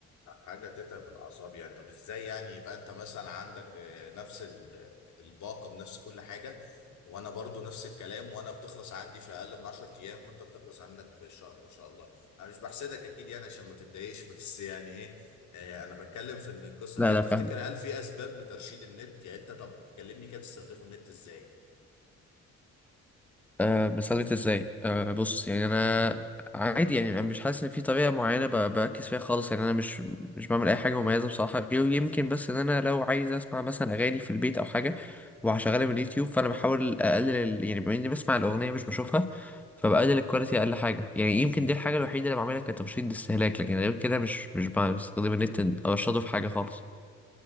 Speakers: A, on the left (about 70°); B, in the centre.
A: حاجه تتعب الاعصاب يعني طب ازاي يعني يبقى انت مثلا عندك آه، نفس ال- الباقه بنفس كل حاجه وانا برضو نفس الكلام وانا بتخلص عندي في اقل من 10 ايام وانت بتخلص عندك في الشهر ما شاء الله انا مش بحسدك اكيد يعني عشان ما تتضايقش <laughs> بس يعني ايه آه، انا بتكلم في ان القصه
B: لا
A: كده
B: لا
A: تفتكر
B: فاهم
A: هل في اسباب لترشيد النت يعني انت طب كلمني كده بتستخدمه النت ازاي
B: أه بثبت ازاي أه بص يعني انا عادي يعني انا مش حاسس ان في طريقه معينه ب- بركز فيها خالص يعني انا مش مش بعمل اي حاجه مميزه بصراحه غير يمكن بس ان انا لو عايز اسمع مثلا اغاني في البيت او حاجه وهشغلها من اليوتيوب فانا بحاول اقلل ال- يعني بما اني بسمع الاغنيه مش بشوفها فبقلل الكواليتي اقل حاجه يعني يمكن دي الحاجه الوحيده اللي بعملها كترشيد استهلاك لكن غير كده مش مش بستخدم النت ارشده في حاجه خالص